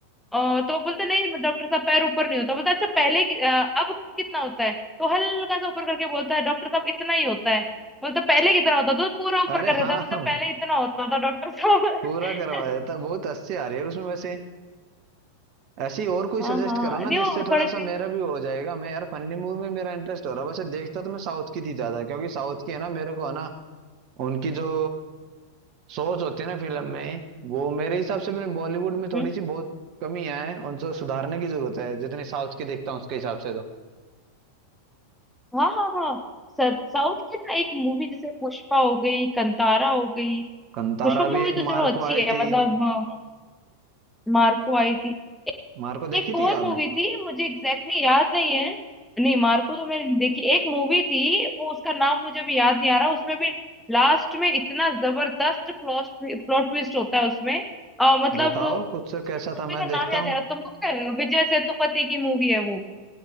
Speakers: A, in the centre; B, on the right.
A: अ, तो बोलते नहीं डॉक्टर साहब पैर ऊपर नहीं होता बोलता अच्छा पहले कि- अ, अब कितना होता है तो हल्का सा ऊपर करके बोलता है डॉक्टर साहब इतना ही होता है बोलता पहले कितना होता था तो पूरा ऊपर
B: अरे
A: कर देता
B: हाँ
A: है। बोलता
B: हम
A: पहले इतना होता था डॉक्टर साहब
B: पूरा करवाया
A: <laughs>
B: था बहुत अच्छी आ रही है उसमें वैसे ऐसी और कोई
A: हाँ
B: सजेस्ट
A: हाँ
B: करो ना
A: नहीं
B: जिससे
A: वो
B: थोड़ा
A: थोड़े
B: सा
A: से
B: मेरा भी हो जाएगा मैं यार फनी मूवी में मेरा इंटरेस्ट हो रहा है वैसे देखता तो मैं साउथ की थी ज्यादा क्योंकि साउथ की है ना मेरे को है ना उनकी जो सोच होती है ना फिल्म में वो मेरे हिसाब से बॉलीवुड
A: हम्म,
B: में थोड़ी सी बहुत कमियां हैं उनको सुधारने की जरूरत है जितनी साउथ की देखता हूँ उसके हिसाब से तो
A: हाँ हाँ हाँ सर साउथ की ना एक मूवी जैसे पुष्पा हो गई कंतारा हो गई
B: कंतारा
A: पुष्पा मूवी
B: भी एक
A: तो
B: मार्को
A: चलो अच्छी
B: आई
A: है
B: थी
A: मतलब अ, मार्को आई थी
B: मार्को देखी
A: एक और
B: थी आपने
A: मूवी थी मुझे एग्जैक्टली exactly याद नहीं है नहीं मार्को तो मैंने नहीं देखी एक मूवी थी वो उसका नाम मुझे अभी याद नहीं आ रहा उसमें भी लास्ट में इतना जबरदस्त प्लॉट प्लॉट ट्विस्ट होता है उसमें अ, मतलब
B: बताओ
A: मूवी
B: कुछ कैसा था
A: का
B: मैं
A: नाम
B: देखता
A: याद
B: हूँ
A: आ रहा तुमको पता है विजय सेतुपति की मूवी है वो